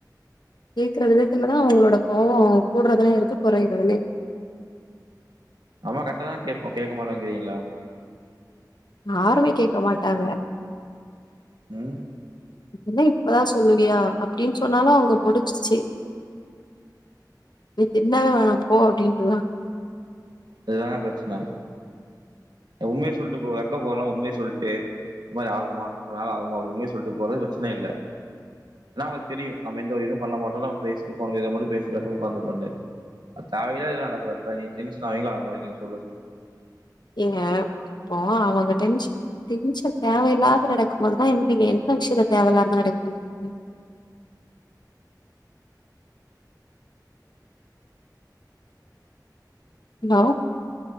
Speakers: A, on the left; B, on the right.
A: கேக்கற விதத்துலதா அவுங்களோட கோவோ கூடுறதுலையு இருக்கு கொறையுதலேயு
B: அமா கரட்டாதா கேப்போ கேக்க மாட்டோங்கிறீங்ளா
A: ஆருமே கேக்க மாட்டாங்க
B: ம்
A: இதேல்லா இப்பதா சொல்லுவியா அப்டின் சொன்னாலு அவுங்கப் முடிஞ்சிச்சி நீ தின்னவே வேணா போ அப்டின்ட்டுதா
B: அதுதா ப்ரச்சன்ன உண்மைய சொல்ட்டு போ வெக்க போனா உண்மைய சொல்ட்டு இது மாதி ஆகுமா ஒரு நாள் ஆகுமா ஒரு உண்மைய சொல்ட்டு போறது ப்ரச்னே இல்ல எனா அவுங்ளுக் தெரியு நம்ம எந்த இதுவு பண்ண மாட்டோ நம்ம பேசிட்டு <unintelligible> இத மட் பேசி பேச ஒக்காந்துட்டோன்னு அது தேவையே இதேல்லா நடக்கறப்ப நீங் டென்ஷன் ஆவிங்ளா அவமாட்டிங்ளா சொல்லு
A: ஏங்க இப்போ அவங்க டென்ஷ் டென்ஷன் தேவையில்லாத நடக்கும்போதுதா <unintelligible> நீங்க எந்த விஷயத்த தேவையில்லாம நடக்கு <unintelligible> ஹலோ